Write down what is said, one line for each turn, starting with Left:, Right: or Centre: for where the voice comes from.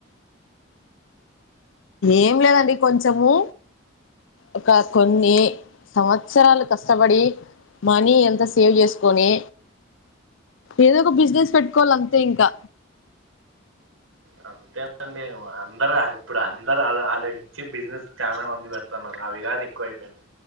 Left: ఏం లేదండి కొంచము ఒక కొన్ని సంవత్సరాలు కష్టపడి మనీ ఎంత సేవ్ చేసుకొని ఏదో ఒక బిజినెస్ పెటుకోవాలి అంతే ఇంకా
Right: ఆ అంతేనండి అందరు ఆల్ ఇప్పుడు అందరు అ అలాచ్చి బిజినెస్ చాలా మంది పెడత్ న్నారు అవి కానీ ఎక్కువ అయిపోయింది